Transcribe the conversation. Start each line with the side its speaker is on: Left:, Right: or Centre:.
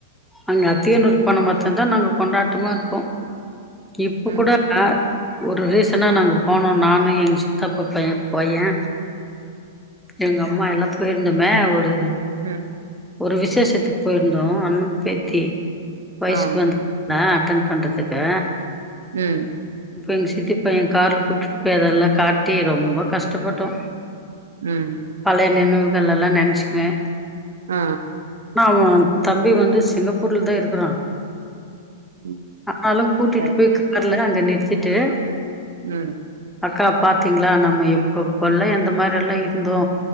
Centre: அங்க அத்தியனூரு போன மட்டுதா நாங்க கொண்டாடமா இருப்போ இப்ப
Right: ம்
Centre: கூடக ஒரு ரீசனா நாங்க போனோ நானு இப் எங்க சித்தப்ப பையா பையா எங்க அம்மா எல்லா போயிருந்தோமே ஒரு
Right: ம்
Centre: ஒரு விசேஷத்துக்கு போயிருந்தோ அண்ண பேத்தி வயசுக்கு
Right: ஆ
Centre: வந்த நா அட்டன் பண்றதுக்கு
Right: ம்
Centre: அப்ப எங்க சித்திப்பைய கார்ல கூட்டிட்டு போய் அதெல்லா காட்டி ரொம்ப கஷ்டப்பட்டோ
Right: ம்
Centre: பழைய நினைவுகள் எல்லா நினைச்சுக்குவே
Right: அ
Centre: ஆமா தம்பி வந்து சிங்கப்பூர்ல தா இருக்றா
Right: ம்
Centre: ஆனாலு கூட்டிட்டு
Right: சரி
Centre: போய்
Right: சரி
Centre: கார்ல அங்க நிறுத்திட்டு
Right: ம்
Centre: அக்கா பாத்தீங்களா நம்ம எப்பப்பல்லா எந்த மாரி எல்லா இருந்தோ